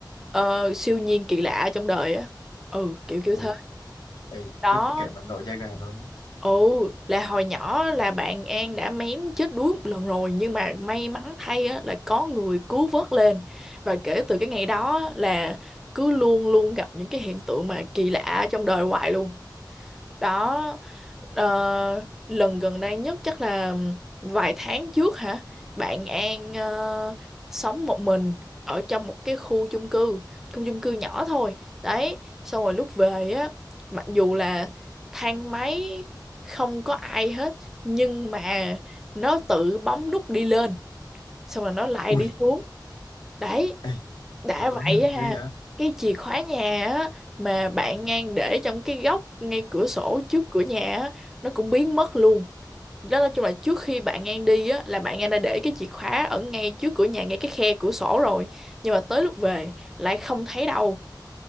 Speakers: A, in the centre; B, on the left (about 70°).
A: ờ, siêu nhiên kỳ lạ trong đời á. Ừ, kiểu kiểu
B: ồ
A: thế.
B: ê
A: Đó
B: khiếp kể mà nổi da gà luôn
A: Ồ, là hồi nhỏ là bạn An đã mém chết đuối một lần rồi nhưng mà may mắn thay á, là có người cứu vớt lên và kể từ cái ngày đó á, là cứ luôn luôn gặp những cái hiện tượng mà kỳ lạ trong đời hoài luôn đó ờ, lần gần đây nhất chắc là vài tháng trước hả bạn An ờ, sống một mình ở trong một cái khu chung cư khu chung cư nhỏ thôi đấy xong rồi lúc về á mặc dù là thang máy không có ai hết nhưng mà nó tự bấm nút đi lên xong rồi nó lại
B: ui
A: đi xuống đấy
B: ê
A: đã
B: thật
A: vậy
B: luôn hả
A: ha,
B: ghê vậy
A: cái chìa khóa nhà á mà bạn ngang để trong cái góc ngay cửa sổ trước cửa nhà á, nó cũng biến mất luôn. Đó là chung là trước khi bạn ngang đi á là bạn ngang đã để cái chìa khóa ở ngay trước cửa nhà ngay cái khe cửa sổ rồi, nhưng mà tới lúc về lại không thấy đâu